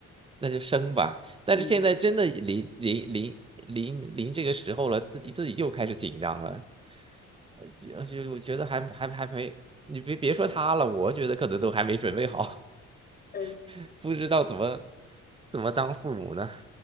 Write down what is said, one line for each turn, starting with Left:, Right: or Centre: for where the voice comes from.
Right: 那就生吧。但是现在真的临临临临临这个时候了，
Left: 明白。
Right: 自己自己又开始紧张了，呃就就觉得还还还没，你别别说他了，我觉得可能都还没准备好，
Left: 呃，
Right: <laughs> 不知道怎么怎么当父母呢。